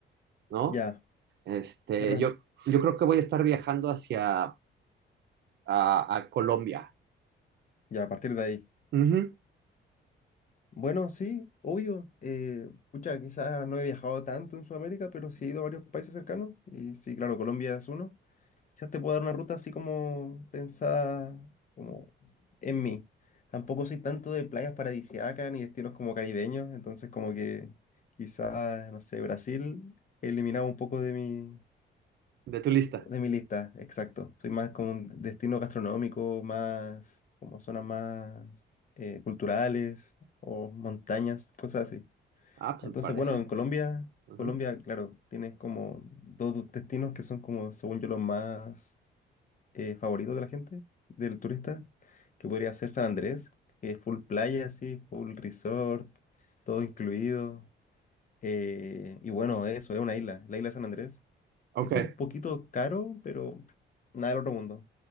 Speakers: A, on the right (about 60°); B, on the left (about 40°).
A: ¿no?
B: Ya,
A: Este,
B: claro,
A: yo, yo creo que voy a estar viajando hacia a, a Colombia.
B: ya a partir de ahí.
A: Ujú,
B: Bueno, sí, obvio. Eh, pucha, quizás no he viajado tanto en Sudamérica, pero sí he ido a varios países cercanos. Y sí, claro, Colombia es uno. Quizás te puedo dar una ruta así como pensada como en mí. Tampoco soy tanto de playas paradisíacas ni destinos como caribeños, entonces como que quizás, no sé, Brasil eliminaba un poco de mi
A: De tu lista.
B: De mi lista, exacto. Soy más como un destino gastronómico, más como zonas más eh, culturales o montañas, cosas así.
A: Ah, pues
B: Entonces,
A: me parece.
B: bueno, en Colombia,
A: Ujú.
B: Colombia, claro, tienes como dos destinos que son como, según yo, los más eh, favoritos de la gente, del turista, que podría ser San Andrés, que es full playa, así, full resort, todo incluido. Eh, y bueno, eso, es una isla, la isla de San Andrés
A: Ok.
B: es un poquito caro, pero nada del otro mundo.